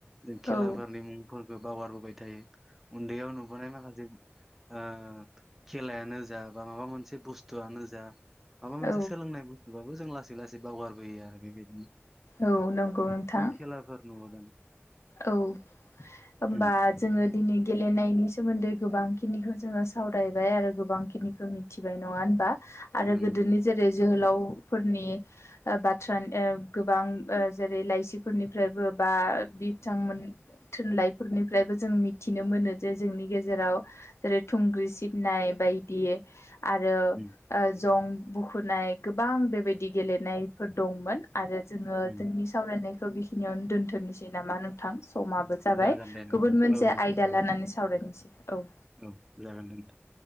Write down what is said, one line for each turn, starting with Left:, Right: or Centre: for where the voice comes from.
Centre: जों खेलाफोरनि
Left: औ
Centre: मुंफोरखौ बावगारबोबाय थायो उन्दैयाव नुबोनाय माखासे ओ खेलायानो जा बा माबा मोनसे बुस्थुआनो जा माबा मोनसे
Left: औ
Centre: सोलोंनाय बुस्थुब बाबो जों लासै लासै बावगारबोयो आरो बेबायदि
Left: औ नंगौ नोंथां
Centre: खेलाफोर नुबोदों
Left: औ होमबा
Centre: उम
Left: जोङो दिनै गेलेनायनि सोमोन्दै गोबां खिनि जोङो सावरायबाय आरो गोबां खिनिखौ मिथिबाय नङा होनबा आरो
Centre: उम
Left: गोदोनि जेरै जोहोलाव फोरनि बाथ्रा गोबां जेरै लाइसिफोरनिफ्रायबो बा बिथांमोन थुनलाइफोरनिफ्रायबो जों मिथिनो मोनो जे जोंनि गेजेराव जेरै थुंग्रि सिबनाय बायदि आरो
Centre: उम
Left: जं बुखुनाय गोबां बेबायदि गेलेनायफोर दंमोन आरो जोङो
Centre: उम
Left: जोंनि सावरायनायखौ बेखिनियावनो दोन्थ'नोसै नामा नोंथां समाबो जाबाय
Centre: जागोन दे नोंथां
Left: गुबुन मोनसे
Centre: औ औ
Left: आयदा
Centre: जागोन
Left: लानानै सावरायनोसै औ
Centre: औ जागोन दोनथां।